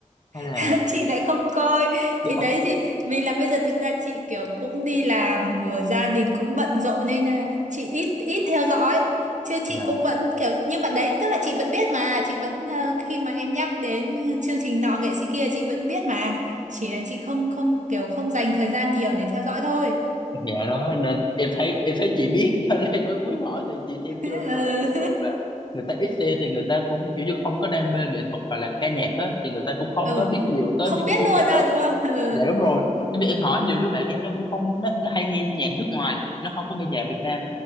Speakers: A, on the left; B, on the right.
A: hay là
B: <laughs> chị lại không coi
A: dạ
B: thì đấy thì vì là bây giờ thực ra chị kiểu cũng đi làm rồi gia đình cũng bận rộn nên là chị ít ít theo dõi chứ chị
A: dạ.
B: cũng vẫn kiểu nhưng mà đấy tức là chị vẫn biết mà chị vẫn ờ, khi mà em nhắc đến chương trình nọ nghệ sĩ kia chị vẫn biết mà chỉ là chị không không kiểu không dành thời gian nhiều để theo dõi thôi
A: dạ đó nên em thấy em thấy chị biết <laughs> cho nên em mới muốn hỏi thì chị xem
B: <laughs>
A: chưa
B: ừ.
A: do là những người mà người ta ít xem thì người ta cũng kiểu như không có đam mê nghệ thuật hoặc là ca nhạc á thì người ta cũng không
B: ừ
A: có biết nhiều tới
B: không
A: những
B: biết
A: cái chương
B: luôn
A: trình
B: à
A: đó
B: đúng không ừ
A: dạ đúng rồi
B: ừ
A: Tại vì em hỏi nhiều đứa bạn em nó cũng không nó, nó hay nghe nhạc nước ngoài nó không có nghe nhạc Việt Nam